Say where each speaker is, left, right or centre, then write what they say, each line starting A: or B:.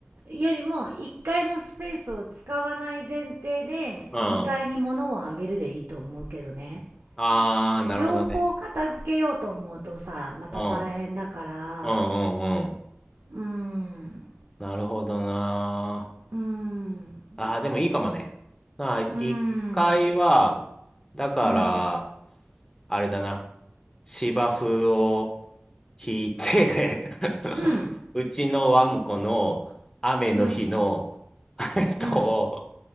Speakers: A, on the right; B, on the left.
A: よりも1階のスペースを使わない前提で2階に物をあげるでいいと思うけどね。
B: うん。ああ、なるほどね。
A: 両方片付けようと思うとさ、また大変だから、
B: うん。うんうんうん。
A: うーん、
B: なるほどな
A: うーん、
B: ああ、でもいいかもね。まあ、一回は、
A: うーん、
B: だから、
A: うん、
B: あれだな。芝生を引いて
A: うん、
B: <laughs> うちのワンコの雨の日の、
A: うん、
B: えっと、
A: うん、